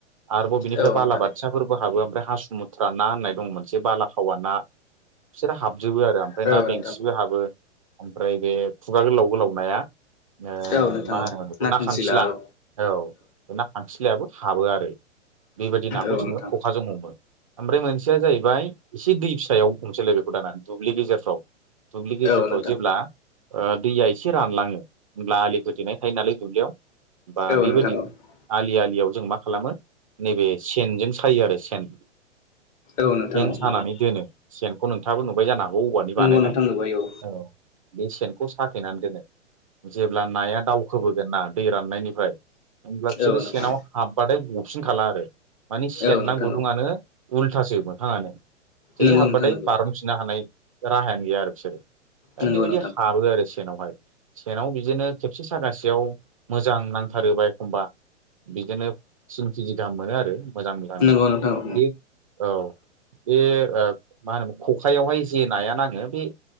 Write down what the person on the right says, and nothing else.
आरोबाव बिनिफ्राय
बालाबाथियाफोरबो हाबो ओमफ्राय हासुुमुथ्रा ना होननाय दं। मोनसे बालाखावा ना बिसोरो हाबजोबो आरो ओमफ्राय
ना
बेंसिबो हाबो ओमफ्राय बे, खुगा गोलाव गोलाव नाया ओ
मा
होनोमोन बेखौ
ना खांखिला
औ ना खांखिलायाबो हाबो आरो बेबायदि नाखौ
जोङो
खखाजों हमो, ओमफ्राय मोनसेया जाहैबाय एसे दै फिसायाव, नुसै लोगोफोर दाना दुब्लि गेजेरफ्राव दुब्लि गेजेरफ्राव
जेब्ला ओ दैया एसे रानलाङो होमब्ला आलि खोथेनाय थायो नालाय दुब्लियाव बा
बेबायदि
आलि आलियाव जों मा खालामो नैबे सेनजों सायो आरो सेन
सेन
सानानै दोनो सेनखौ नोंथाङाबो नुबाय जानो हागौ औवानि बानायनाय
औ, बे सेनखौ साखेनानै दोनो जेब्ला नाया दावखोबोगोन ना दै राननायनिफ्राय, ओनब्ला बिसोरो
सेनाव हाबबाथाय गफिन खाला आरो माने सेनना
गुदुं
आनो, उल्थासो मोथाङानो जै
हाबबाथाय
बारन फिननो हानाय राहायानो गैया आरो बिसोरो दा
बेबायदि
हाबो आरो सेनावहाय, सेनाव बिदिनो खेबसे सागासेयाव मोजां नांथारोबा एखमबा, बिदिनो तिन केजि गाहाम मोनो आरो मोजां जानांबा
बे औ बे मा होनोम खखायावहाय जे नाया नाङो बे